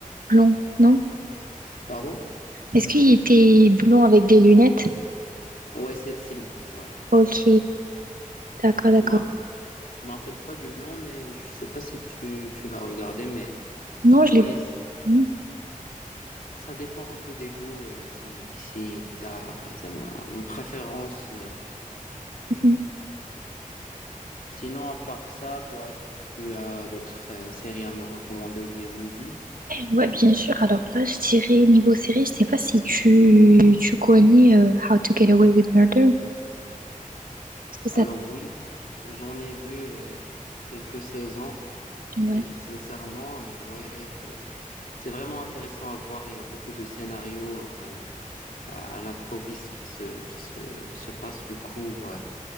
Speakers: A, on the right; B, on the left.
A: Blond, non?
B: pardon?
A: Est-ce qu'il était blond avec des lunettes?
B: Ouais, c'est c'est lui. Ouais.
A: Ok. D'accord, d'accord.
B: Je me rappelle, je me rappelle pas du nom, mais je sais pas si tu, tu l'as regardé, mais
A: Non, je
B: ouais,
A: l'ai pas.
B: c'est-
A: Mm.
B: ça dépend un peu des goûts, euh, si si t'as ça m'a- une préférence. euh.
A: Mhm.
B: Sinon, à part ça, toi, est-ce que tu as d'autres euh, séries à me recommander ou bien movies?
A: Ouais, bien sûr. Alors là, je dirais niveau série, je sais pas si tu, tu connais euh, How to Get Away with Murder. Est-ce que
B: Alors
A: ça... t-
B: oui, j'en ai vu euh, quelques saisons.
A: Ouais.
B: Et sincèrement, euh, ouais, c'est c'est vraiment intéressant à voir. Il y a beaucoup de scénarios euh, à, à l'improviste qui se qui se qui se passent. Du coup, ouais.